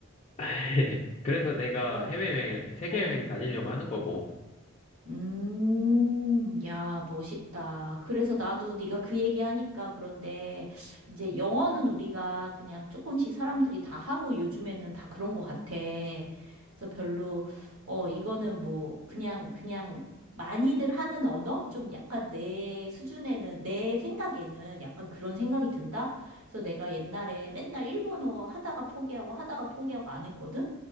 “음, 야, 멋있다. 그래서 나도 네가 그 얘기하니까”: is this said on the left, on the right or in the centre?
Right